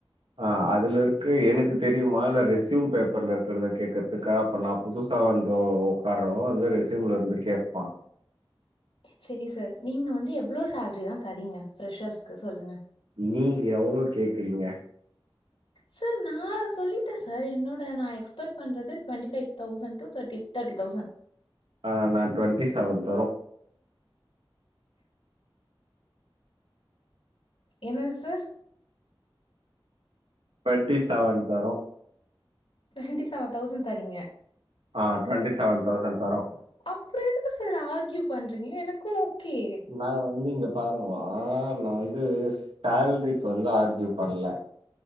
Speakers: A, on the right; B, on the left.
A: ஆ அதுல இருக்கு எனக்கு தெரியுமா இல்ல ரெஸ்யூம் பேப்பர்ல இருக்குறத கேக்கற்துக்கா அப் இப்ப நா புதுசா வந்த உக்காரனு அந்த ரெசியூம்ல இருந்து கேப்பா
B: செரி சார் நீங்க வந்து எவ்ளோ சேல்ரி தா தரிங்க ப்ரஷர்ஸ்க்கு சொல்லுங்க
A: நீங் எவ்ளோ கேக்குறீங்க
B: சார் நா சொல்லிட்டே சார் என்னோட நா எக்ஸ்பெர்ட் பண்ணறது twenty five thousand two thirty thirty thousand
A: ஆ நா டுவெண்ட்டி செவன் தரோ
B: என்னது சார்
A: டு்வெண்ட்டி செவன் தரோ
B: டுவெண்ட்டி செவன் தௌசண்ட் தரீங்க
A: ஆ டுவெண்டி செவன் தௌசண்ட் தரோ
B: அப்றோ எதுக்கு சார் ஆர்க்யூ பண்றீங்க எனக்கு ஓகே
A: நாங்க வந்து இங்க பாருங்கோ நா வந்து சேல்ரிக்கு வந்து ஆர்க்யூ பண்ல